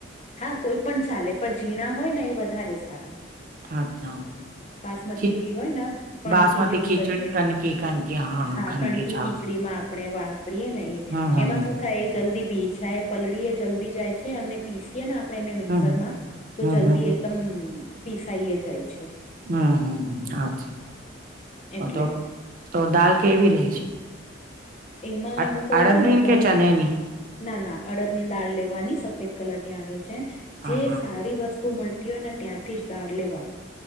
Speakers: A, on the left; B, on the right.
A: હા કોઈ પણ ચાલે પણ ઝીણા હોય ને એ વધારે સારા
B: અચ્છા.
A: બાસમતી
B: ખી
A: હોય ને કણકી
B: બાસમતી
A: જેવું
B: ખીચડી
A: કહીએ
B: કનકી કનકી
A: હા
B: કનકી
A: કણકી ખીચ
B: ચાવ
A: ખીચડીમા આપણે વાપરીએ ને હે
B: હમ હમ
A: એમાં શું થાય જલ્દી ભીજાય પલળી એ જલ્દી જાય છે અને પીસીએ ને આપ આપણે એને મિક્સરમાં
B: હમ
A: તો
B: હમ
A: જલ્દી
B: હમ
A: એકદમ પીસાઈએ જાય છે.
B: હમ હમ હાજ
A: એટલે
B: તો તો દાલ કેવી લે છે.
A: એમાં
B: અ
A: હું કઉ
B: અડદની
A: છું ને ગણી
B: કે ચનેની
A: ના ના અડદની દાળ લેવાની સફેદ કલરની આવે છે
B: હા
A: જે
B: હા
A: સારી વસ્તુ મલ તી વો ને ત્યાથી જ દાળ લેવાની.